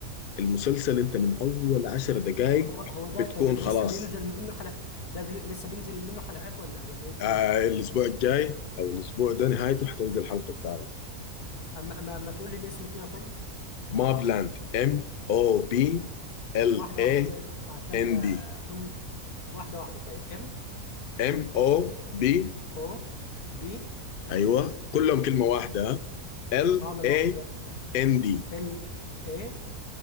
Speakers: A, on the left; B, on the left.
A: المسلسل انت من اول عشر دقائق
B: هو هو ده
A: بتكون
B: ل-
A: خلاص
B: لسه بينزل منه حلقات ده بل- لسه بينزل منه حلقات ولا ولا ايه الدنيا
A: آه الاسبوع الجاي او الاسبوع ده نهايته حتنزل الحلقه السابعه
B: اما ما, ما تقول لي الاسم كده طيب
A: ما بلاند ام او بي ال
B: واحده
A: اي
B: واحده طيب عشان
A: ان
B: آه،
A: دي
B: اكون مس... واحده واحده طيب ام
A: ام او بي
B: او بي
A: ايوه كلهم كلمه واحده ال
B: اه ما انا
A: اي
B: واخد بالي
A: ان دي
B: ال اي